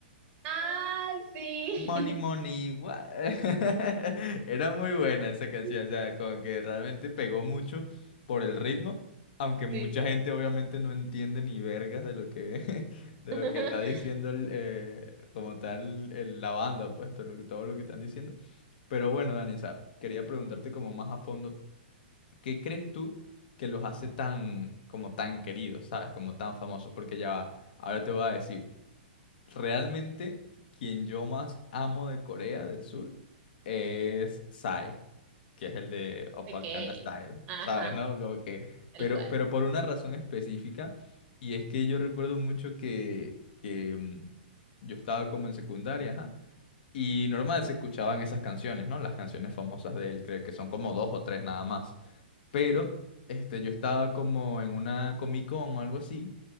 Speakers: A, on the right; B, on the left.
A: Ah, sí.
B: Money, money, what? <laughs> Era muy buena esa canción,
A: <laughs>
B: o sea, como que realmente pegó mucho por el ritmo, aunque mucha
A: Sí.
B: gente obviamente no entiende ni vergas de lo que, <laughs> de
A: <laughs>
B: lo que está diciendo el, eh, como tal el- la banda, pues todo lo, que- todo lo que están diciendo. Pero bueno, Dani, o sea, quería preguntarte como más a fondo, ¿qué crees tú que los hace tan, como tan queridos, sabes, como tan famosos? Porque ya va, ahora te voy a decir. Realmente, quien yo más amo de Corea del Sur es Psy, que es el de Opacana
A: Okay.
B: Style,
A: Ajá,
B: ¿sabes? ¿No? Como que,
A: tal
B: pero,
A: cual.
B: pero por una razón específica, y es que yo recuerdo mucho que, que mm, yo estaba como en secundaria, ajá, y normal se escuchaban esas canciones, ¿no? Las canciones famosas de él, creo que son como dos o tres nada más. Pero, este, yo estaba como en una Comic Con o algo así